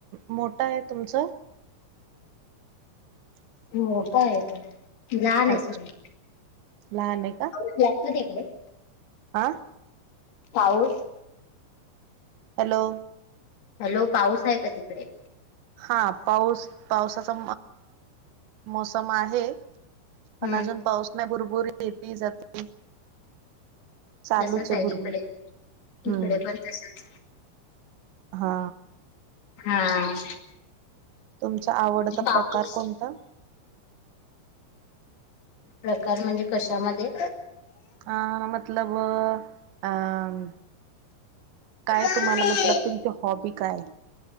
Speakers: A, on the right; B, on the left.
A: मोठं आहे तुमचं? <inaudible>
B: मोठा हाय ते, लहान आय
A: अच्छा.
B: सॉरी.
A: लहान ए का?
B: कि आत्तो <unintelligible>
A: आं?
B: पाऊस?
A: हॅलो.
B: हॅलो, पाऊस हाय का तिकडे?
A: हा पाऊस पावसाचा मोसम आहे.
B: हम्म
A: पण अजून पाऊस नाय भुर भुर येती जाती. चालूच
B: तसच आहे
A: ए भूर
B: इकडे
A: भूर, हम्म
B: इकडे पण तसच
A: हा.
B: हा.
A: तुमच्या आवडता
B: पाऊस
A: प्रकार कोणता?
B: प्रकार म्हणजे कशामध्ये?
A: अं मतलब अं काय
B: मम्मी,
A: तुम्हाला मतलब तुमची हॉबी काय?